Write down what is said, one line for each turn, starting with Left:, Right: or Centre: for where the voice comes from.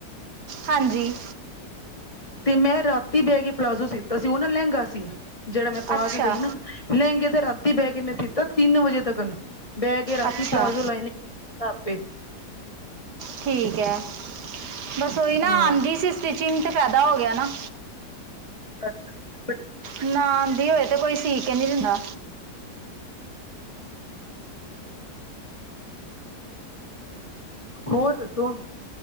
Right: ਹਾਂਜੀ।
Left: ਤੇ ਮੈਂ ਰਾਂਤੀ ਬੈ ਕੇ ਪਲਾਜ਼ੋ ਸੀਤਾ ਸੀ, ਓ ਨਾ ਲੈੰਗਾ ਸੀ। ਜੇਹੜਾ ਮੈਂ ਪਾ
Right: ਅੱਛਾ
Left: ਕੇ ਗਈ ਨਾ, ਲੈੰਗੇ ਤੇ ਰਾਤੀ ਬੈ ਕੇ ਮੈਂ ਸੀਤਾ ਤਿੰਨ ਵਜੇ ਤਕਣ। ਬੈ ਕੇ ਰਾਤੀ
Right: ਅੱਛਾ
Left: ਪਲਾਜ਼ੋ ਲਾਈਨਿ ਤਾ ਆਪੇ।
Right: ਠੀਕ ਐ, ਬਸ ਓਹੀ ਨਾ
Left: ਹਾਂ
Right: ਸੀ ਸਟਿਚਿੰਗ ਤੇ ਫਾਏਦਾ ਹੋ ਗੇਆ ਨਾ।
Left: <inaudible>
Right: ਨਾ ਆਂਦੀ ਹੋਏ ਤੇ ਕੋਈ ਸੀ ਕੇ ਨੀ ਦੇੰਦਾ।
Left: ਹੋਰ ਦੱਸੋ